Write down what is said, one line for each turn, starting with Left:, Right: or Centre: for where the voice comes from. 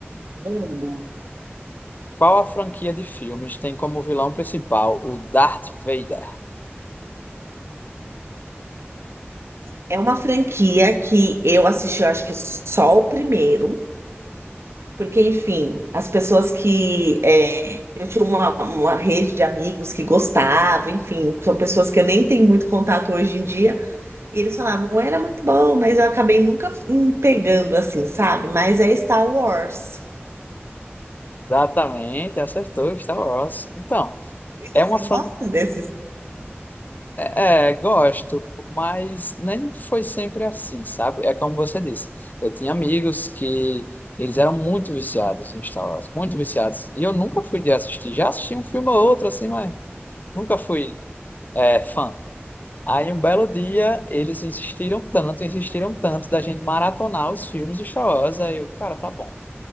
Right: Mano,
Left: Qual a franquia de filmes tem como vilão principal o Darth Vader?
Right: é uma franquia que eu assisti, eu acho que só o primeiro, porque, enfim, as pessoas que. é, eu tinha uma, uma rede de amigos que gostavam, enfim, são pessoas que eu nem tenho muito contato hoje em dia, e eles falavam, era muito bom, mas eu acabei nunca em- pegando assim, sabe? Mas é Star Wars.
Left: Exatamente, acertou Star Wars. Então,
Right: E Você
Left: é uma fran
Right: gosta desses?
Left: É, gosto, mas nem foi sempre assim, sabe? É como você disse, eu tinha amigos que eles eram muito viciados em Star Wars, muito viciados, e eu nunca fui de assistir, já assisti um filme ou outro assim, mas nunca fui é, fã. Aí um belo dia eles insistiram tanto, insistiram tanto da gente maratonar os filmes de Star Wars, aí eu, cara, tá bom.